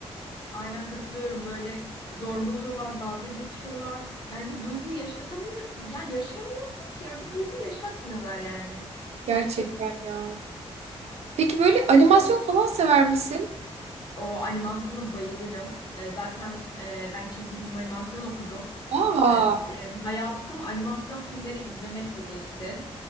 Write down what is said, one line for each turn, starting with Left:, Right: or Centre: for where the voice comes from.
Left: Aynen katılıyorum. Böyle zorbalıyorlar, dalga geçiyorlar. Yani bir duygu yaşatamıyor, yani yaşayamıyorsun ki ya. Bir duygu yaşatmıyorlar yani.
Right: Gerçekten
Left: Gerçek
Right: ya. Peki böyle animasyon falan sever misin?
Left: o animasyona bayılırım. Ee, zaten e, ben çizgi film animasyon okudum.
Right: Aa,
Left: Ee, yani hayatım animasyon filmleri izlemekle geçti.